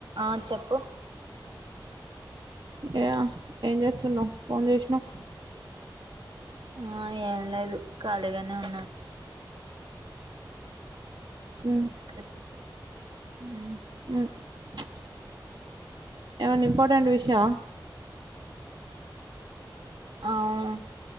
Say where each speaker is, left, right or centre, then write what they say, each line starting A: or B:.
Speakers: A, on the right; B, on the right.
A: ఆ చెప్పు
B: ఇగ ఏం చేస్తున్నావ్ ఫోన్ చేసినవు
A: ఆ ఏం లేదు ఖాళీగానే ఉన్నాను
B: ఉమ్,
A: ఈ స్క్రిప్ ఊ
B: ఉ ప్చ్ ఏమన్నా ఇంపార్టెంట్ విషయమా
A: అవును